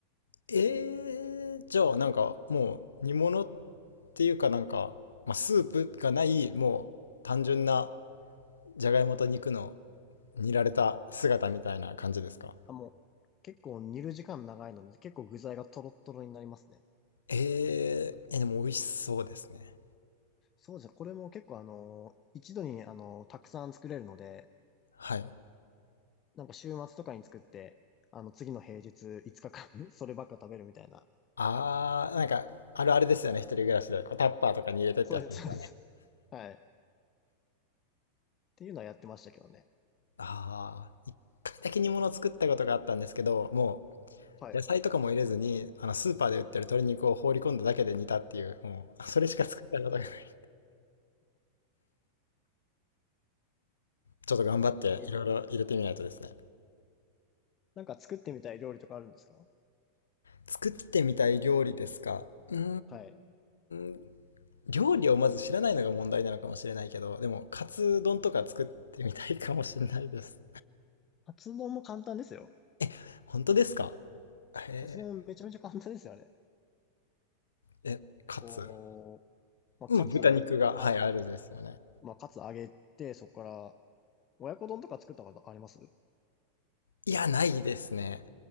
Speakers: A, on the left; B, on the left.
A: えー、じゃあ、なんか、もう、煮物っていうかなんか、まあ、スープがない、もう、単純な、じゃがいもと肉の煮られた姿みたいな感じですか
B: あ、もう、結構煮る時間長いので、結構具材がトロットロになりますね。
A: えー、え、でも美味しそうですね。
B: そうじゃこれも結構あの一度にあのたくさん作れるので、
A: はい。
B: なんか週末とかに作って、あの、次の平日5日間 <laughs> そればっか食べるみたいな。
A: あー、なんか、あるあるですよね、一人暮らしで。こうタッパーとかに入れてってやつですよね。
B: そうです、そうです。はい。っていうのはやってましたけどね。
A: ああ、一回だけ煮物を作ったことがあったんですけど、も
B: はい。
A: う野菜とかも入れずに、あのスーパーで売ってる鶏肉を放り込んだだけで煮たっていう、もうそれしか作ったことがない。<laughs> ちょっと頑張っていろいろ入れてみないとですね。
B: <laughs> え、なんか作ってみたい料理とかあるんですか
A: 作ってみたい料理ですか。うー
B: はい。
A: ん、料理をまず知らないのが問題なのかもしれないけど、でもカツ丼とか作ってみたいかもしれないです。
B: カツ丼も簡単ですよ。
A: <laughs> 本当ですかへ
B: カツ丼めちゃめちゃ簡単ですよ、あれ。
A: え、え、カツ。
B: こう、まあ、
A: うん、
B: カツ、
A: 豚肉が、
B: あ、
A: はい、あるですよね。
B: まあ、カツ揚げて、そこから親子丼とか作ったことあります
A: いや、ないですね。